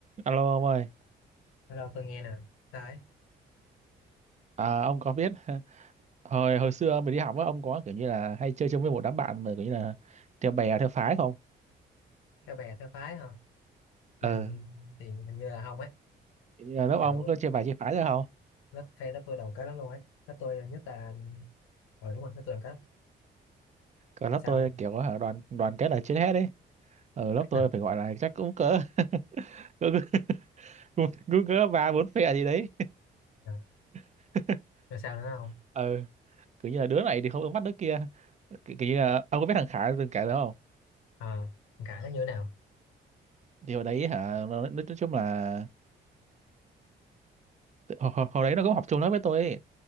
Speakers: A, on the right; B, on the left.
A: Alo ông ơi,
B: Hello, tôi nghe nè. Sao ấy?
A: à, ông có biết <laughs> hồi hồi xưa mình đi học á, ông có kiểu như là hay chơi chung với một đám bạn mà kiểu như là theo bè theo phái không?
B: Theo bè, theo phái hả? Ừ,
A: Ờ,
B: thì hình như là không ấy.
A: kiểu như là lớp ông
B: Kiểu
A: có chia bài chia phái ra không?
B: lớp phe lớp tôi đồng kết lắm luôn ấy. Lớp tôi nhất là... Ờ đúng rồi, lớp tôi đồng kết.
A: Còn lớp
B: Sao
A: tôi
B: không?
A: kiểu có hả đoàn đoàn kết là trên hết đấy. Ở lớp
B: <laughs>
A: tôi phải gọi là chắc cũng cỡ <laughs> cũng cũng, cũng cỡ ba bốn phe gì đấy.
B: À,
A: <laughs>
B: rồi sao nữa không?
A: Ờ, kiểu như là đứa này thì không ứng mắt đứa kia. Kiểu, kiểu như là ông có biết thằng Khải từng kể đó không?
B: À, cãi nó như thế nào?
A: Thì hồi đấy hả nó nói nói chung là hồi, hồi hồi đấy nó cũng học chung lớp với tôi ấy.